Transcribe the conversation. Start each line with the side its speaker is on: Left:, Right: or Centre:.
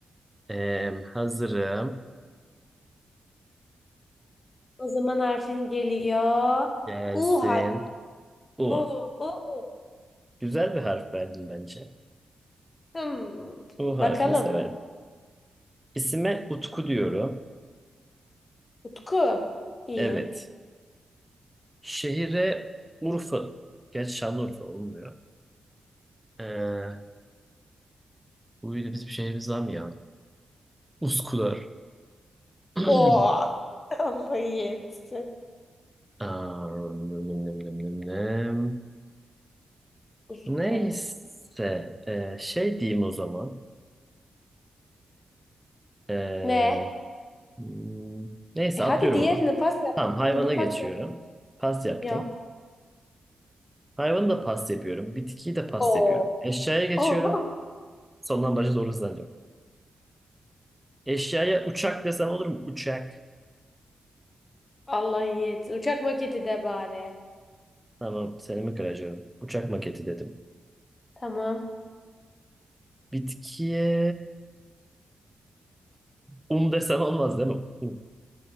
Centre: Em, hazırım.
Left: O zaman harfin geliyor.
Centre: Gelsin.
Left: U harfi.
Centre: U.
Left: U, U, U.
Centre: Güzel bir harf verdin bence.
Left: Hmm.
Centre: U harfini
Left: Bakalım.
Centre: severim. İsime Utku diyorum.
Left: Utku. İyi.
Centre: Evet. Şehire Urfa. Gerçi Şanlıurfa olmuyor. Ee, bu bir bizim şehrimiz var mı ya? Üsküdar. <clears throat>
Left: O. <laughs> Allah iyi etsin.
Centre: Aa, nım nım nım nım nım.
Left: Utku
Centre: Neyse.
Left: doğru.
Centre: ee, şey diyeyim o zaman. Ee,
Left: Ne?
Centre: hmm, neyse
Left: E hadi
Centre: atlıyorum
Left: diğerini
Centre: onu.
Left: pas yap.
Centre: Tamam hayvana
Left: Bunu pas
Centre: geçiyorum.
Left: yap.
Centre: Pas yaptım.
Left: Yap.
Centre: Hayvanı da pas yapıyorum. Bitkiyi de pas
Left: O.
Centre: yapıyorum. Eşyaya geçiyorum.
Left: O. <laughs>
Centre: Sondan başa doğru hızlanıyorum. Eşyaya uçak desem olur mu? Uçak.
Left: Allah iyi etsin. Uçak maketi de bari.
Centre: Tamam, seramik aracı. Uçak maketi dedim.
Left: Tamam.
Centre: Bitkiye un desem olmaz değil mi? Un.